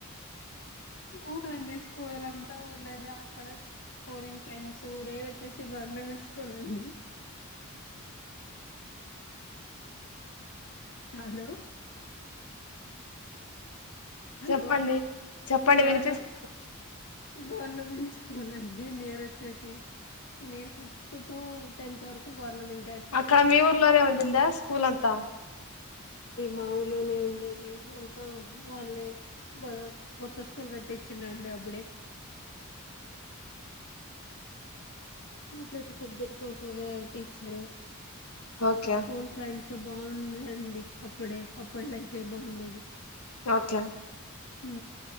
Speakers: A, on the left; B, on the left.
A: ఊరండి స్కూల్ అంతా ఊర్లోనే అక్కడ స్కూలింగ్ ఫ్రెండ్స్ నీనోచ్చేసి గవర్నమెంట్ స్కూల్ అండి హలో హలో
B: చెప్పండి చెప్పండి
A: గవర్న
B: వినిపిస్తుందా
A: గవర్నమెంట్ స్కూల్ అండి నేను వచ్చేసి నేను సిక్స్త్ టు టెన్త్ వరకు గవర్నమెం
B: అక్కడ మీ ఊర్లోనే ఉందిందా స్కూలంత
A: మాఊలోనే ఉండే ది అంత వాళ్ళే బాగా కొత్త స్కూల్ కట్టిచ్చిదండి అప్పుడే ప్రతి సబ్జెక్ట్కి ఒకొక్క టీచరు
B: ఓకే
A: స్కూల్ ఫ్రెండ్స్ బాగుందండి అప్పుడే అప్పడి లైఫే బాగుండేది
B: ఓకే
A: హు